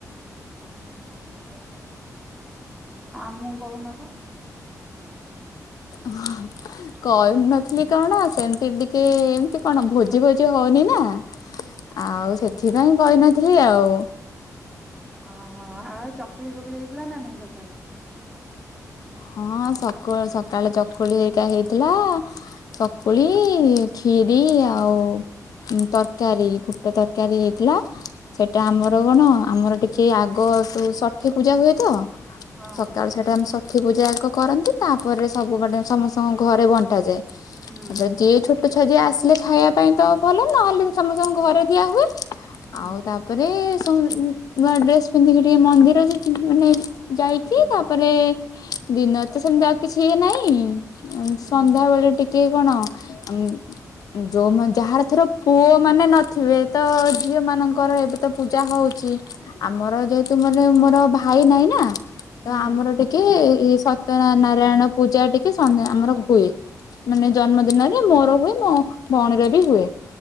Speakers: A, in the centre; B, on the left.
A: <unintelligible> ଆମୁକୁ କହୁନ ତ?
B: <unintelligible> କହୁନଥିଲି କଣ ସେମତି ଟିକେ ଏମତି କଣ ଭୋଜି ଫୋଜି ହଉନି ନା। ଆଉ
A: ହଁ।
B: ସେଥିପାଇଁ କହିନଥିଲି ଆଉ।
A: ଅହ ଆଉ ଚକୁଳି ଫକୁଳି ହେଇଥିଲା ନା ନାଇଁ ସକାଳେ?
B: ହଁ ସକଳ ସକାଳେ ଚକୁଳି ହେଇିକା ହେଇଥିଲା ଚକୁଳି ଖିରି ଆଉ ତରକାରୀ ଫୁଟ ତରକାରୀ ହେଇଥିଲା। ସେଟା ଆମର କଣ ଆମର ଟିକେ ଆଗ ସ ଷଠି ପୂଜା ହୁଏ ତ।
A: ହଁ
B: ସକାଳୁ ସେଟା ଆମେ ସ ଠୀ ପୂଜା ଆଗ କରନ୍ତି। ତାପରେ ସବୁ ଗୋଟେ ସମସ୍ତଙ୍କ ଘରେ ବଣ୍ଟାଯାଏ।
A: ହୁଁ
B: ତାପରେ ଯିଏ ଛୋ ଟ ଛୁଆ ଯିଏ ଆସିଲେ ଖାଇବା ପାଇଁ ତ ଭଲ, ନହେଲେ ବି ସମସ୍ତଙ୍କ ଘରେ ଦିଆ ହୁଏ।
A: ହୁଁ
B: ଆଉ ତାପ୍ ପରେ ସମ୍ ନୂ-ନୂଆ ଡ୍ରେସ୍ ପିନ୍ଧିକି ଟିକେ ମନ୍ଦିର ଯା ମାନେ ଯାଇକି
A: ହୁଁ
B: ତା ତାପରେ ଦିନରେ ତ ସେମିତି ଆଉ କିଛି ଇଏ ନାଇଁ ଅଁ
A: ହୁଁ
B: ସନ୍ଧ୍ୟା ବେଳେ ଟିକେ କଣ ଅଁ ଯୋଉମାନେ ଯାହାର ଥର ପୁଅ ମାନେ ନଥିବେ ତ ଝିଅ ମାନଙ୍କର ଏବେ ତ ପୂଜା ହଉଚି। ଆମର ଯେହେତୁ ମାନେ ମୋର ଭାଇ ନାଇଁ ନା ତ
A: ହୁଁ
B: ଆମର ଟିକେ ଇ ସତ୍ୟ ନାରାୟଣ ପୂଜା ଟିକେ ସନ୍ଧ୍ୟା ଆମର ହୁଏ ମାନେ ଜନ୍ମ ଦିନରେ ମୋର ହୁଏ ମୋ ଭଉଣୀର ବି ହୁଏ।